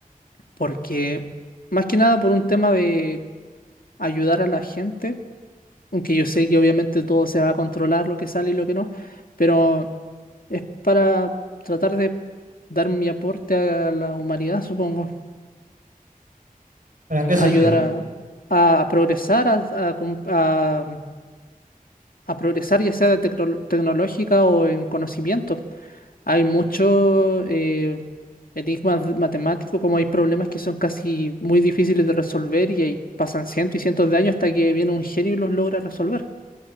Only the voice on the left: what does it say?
Porque más que nada por un tema de ayudar a la gente, aunque yo sé que obviamente todo se va a controlar, lo que sale y lo que no, pero Es para tratar de dar mi aporte a la humanidad, supongo.
A
Ayudar a, a- a progresar, a, a com- a- a progresar ya sea de tecno- tecnológica o en conocimiento. Hay muchos eh, enigmas matemáticos, como hay problemas que son casi muy difíciles de resolver y ahí pasan cientos y cientos de años hasta que viene un genio y los logra resolver.